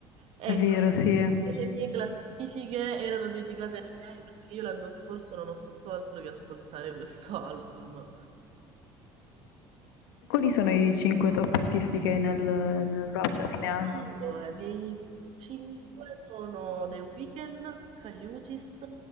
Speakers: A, on the right; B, on the left.
A: Ecco,
B: È vero, sì.
A: tutte le mie classifiche erano dedicate a lei perché io l'anno scorso non ho fatto altro che ascoltare questo <laughs> album.
B: E quali sono i cinque top artisti che hai nel, nel rap da fine anno?
A: Allora, dei 5 sono The Weeknd, Caliucis,